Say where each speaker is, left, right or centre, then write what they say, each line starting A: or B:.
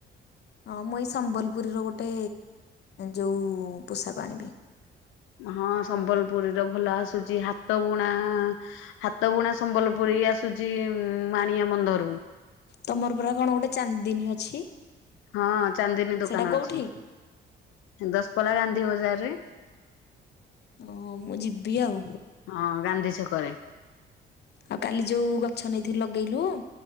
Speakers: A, on the left; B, on the left.
A: ହଁ ମୁଁ ଏଇ ସମ୍ବଲପୁରୀର ଗୋଟେ ଯେଉଁ ପୋଷାକ ଆଣିବି।
B: ହଁ ସମ୍ବଲପୁରୀ ର ଭଲ ଆସୁଛି ହାତ ବୁଣା। ହାତ ବୁଣା ସମ୍ବଲପୁରୀ ଆସୁଛି ମାଣିଆବନ୍ଧ ରୁ।
A: ତମର ପୁରା କଣ ଗୋଟେ ଚାନ୍ଦିନୀ ଅଛି?
B: ହଁ ଚାନ୍ଦିନୀ ଦୋକାନ
A: ସେଟା କୋଉଠି?
B: ଅଛି ଦଶପଲା ଗାନ୍ଧୀ ବଜାର ରେ
A: ହଁ ମୁଁ ଯିବି ଆଉ।
B: ହଁ ଗାନ୍ଧୀ ଛକରେ
A: ଆଉ କାଲି ଯଉ ଗଛ ନେଇଥିଲୁ ଲଗେଇଲୁ?